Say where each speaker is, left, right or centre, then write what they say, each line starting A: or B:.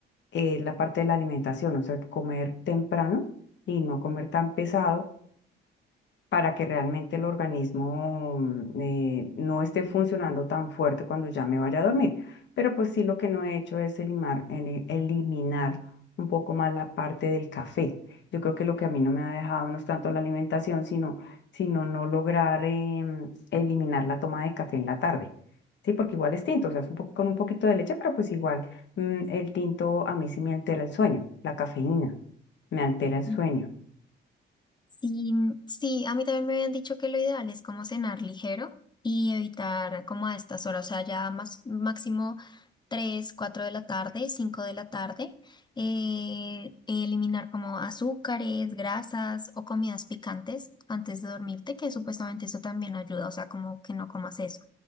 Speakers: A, on the left; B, on the left.
A: Eh, la parte de la alimentación, o sea, comer temprano y no comer tan pesado para que realmente el organismo mm, eh, no esté funcionando tan fuerte cuando ya me vaya a dormir. Pero pues sí, lo que no he hecho es elimar- ele- eliminar un poco más la parte del café. Yo creo que lo que a mí no me ha dejado no es tanto la alimentación, sino, sino no lograr em, eliminar la toma de café en la tarde. Sí, porque igual es tinto, o sea, es un po- con un poquito de leche, pero pues igual mm, el tinto a mí sí me altera el sueño, la cafeína me altera el sueño.
B: Mm. Sí, sí, a mí también me habían dicho que lo ideal es como cenar ligero y evitar como a estas horas, o sea, ya más, máximo 3, 4 de la tarde, 5 de la tarde, eh, eliminar como azúcares, grasas o comidas picantes antes de dormirte, que supuestamente eso también ayuda, o sea, como que no comas eso.